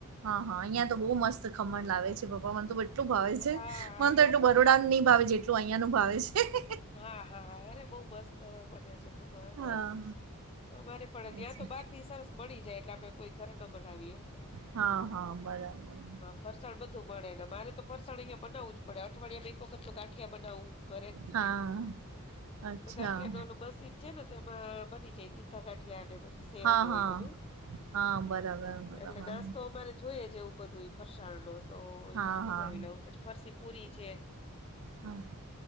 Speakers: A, on the right; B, on the left.
A: હા હા અહિયાં તો બહુ મસ્ત ખમણ લાવે છે પપ્પા મન તો એટલું ભાવે છે
B: હા
A: મન તો
B: ત્યાં
A: એટલું બરોડા
B: બ-
A: નહી ભાવે જેટલું અહિયાં નું ભાવે છે
B: હા હા હા અરે બહ મસ્ત બને છે ખમળ
A: હા,
B: હ અમારે પણ ત્યા
A: એ છે.
B: તો બાર થી સરસ મળી જાય એટલે આપણે કોઈ ઘરે ન બનાવીએે.
A: હા, હા બરાબર
B: ફરસાણ બધું મળે ને મારે તો ફરસાણ અહીંયા બનાવું જ પડે અઠવાડિયામાં એક વખત તો ગાંઠિયા બનાવવું ઘરે
A: હા અચ્છા
B: ગાંઠિયાનું ઓલું મશીન છે ને તેમાં બની જાય તીખા ગાઠિયા અને સેવ
A: હા,
B: ને એવું
A: હા.
B: બધું
A: હા, બરાબર, બરાબર.
B: એટલે નાસ્તો અમારે જોઈજ એવુ બધું ફરસાણ લો તો
A: હા,
B: એ બધું બનાવી
A: હા,
B: લઉું પછી ફરસી પુરી છે
A: હા